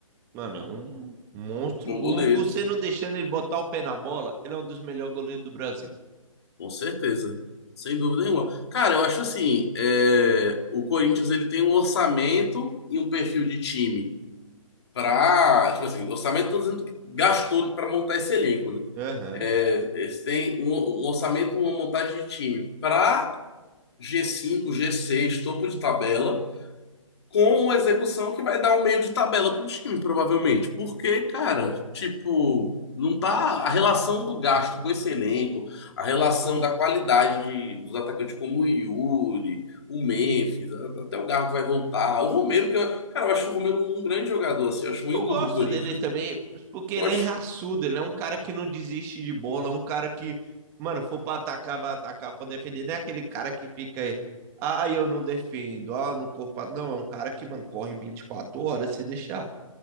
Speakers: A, on the right (about 15°); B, on the left (about 50°).
A: mano, é um monstro.
B: bom
A: O
B: goleiro.
A: Hugo, você não deixando ele botar o pé na bola, ele é um dos melhores goleiros do Brasil.
B: Com certeza, sem dúvida nenhuma. Cara, eu acho assim, é, o Corinthians ele tem um orçamento e um perfil de time para, tipo assim, orçamento tô dizendo que gastou para montar esse elenco, né?
A: Aham.
B: É, eles têm um, um orçamento, uma montagem de time para g cinco g seis topo de tabela com uma execução que vai dar um meio de tabela pro time, provavelmente. Porque, cara, tipo, não tá. A relação do gasto com esse elenco, a relação da qualidade de- dos atacantes como o Yuri, o Memphis, a- até o Garro vai voltar. O Romero, que eu, cara, eu acho o Romero um grande jogador, assim, eu acho um
A: Eu
B: ídolo
A: gosto
B: do Corinthians.
A: dele também, porque
B: Gosto.
A: ele é raçudo, ele é um cara que não desiste de bola, é um cara que, mano, for pra atacar, vai atacar, for defender, não é aquele cara que fica aí, ah, eu não defendo, ah, no corpo. ah", Não, é um cara que, mano, corre vinte e quatro horas se deixar.